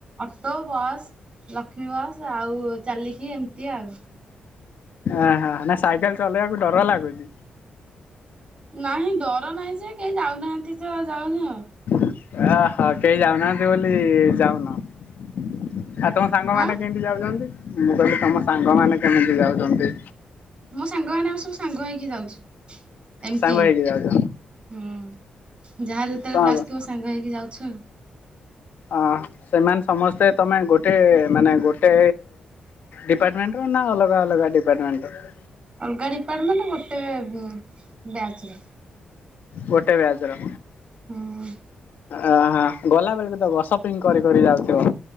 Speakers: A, on the right; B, on the left.
A: ଅଟୋ, ବସ୍ ଲକ୍ଷ୍ମୀ ବସ୍ ଆଉ ଚାଲିକି ଏମିତି ଆଉ।
B: ଓହୋ ନା ସାଇକେଲ ଚଲେଇବାକୁ ଡର ଲାଗୁଛି?
A: ନାହିଁ ଡର ନାହିଁ ଯେ କେହି ଯାଉନାହାନ୍ତି ତ ଯାଉନି ଆଉ।
B: ଓହୋ କେହି ଯାଉନାହାନ୍ତି ବୋଲି ଯାଉନ। ଆଉ ତମ ସାଙ୍ଗ ମାନେ
A: ଆଁ
B: କେମିତି ଯାଉଛନ୍ତି? ମୁଁ କହିଲି ତମ ସାଙ୍ଗ ମାନେ କେମିତି ଯାଉଛନ୍ତି?
A: ମୋ ସାଙ୍ଗମାନେ ଆମେ ସବୁ ସାଙ୍ଗ ହେଇକି ଯାଉଛୁ, ଏମିତି
B: ସାଙ୍ଗ ହେଇକି ଯାଉଛ
A: ହୁଁ ଯାହାର ଯେତେବେଳେ
B: ତ
A: କ୍ଲାସ ଥିବ ସାଙ୍ଗ ହେଇକି ଯାଉଛୁ।
B: ଅଁ ସେମାନେ ସମସ୍ତେ ତମେ ଗୋଟେ ମାନେ ଗୋଟେ ଡିପାର୍ଟମେଣ୍ଟ ର ନା ଅଲଗା ଅଲଗା ଡିପାର୍ଟମେଣ୍ଟର?
A: ଅଲଗା ଡିପାର୍ଟମେଣ୍ଟ ଗୋଟେ ବ୍ୟାଚର।
B: ଗୋଟେ ବ୍ୟାଚର।
A: ହୁଁ
B: ଅହ ଗଲା ବେଳକୁ ତ ଗୋସପିଙ୍ଗ କରି କରି ଯାଉଥିବ।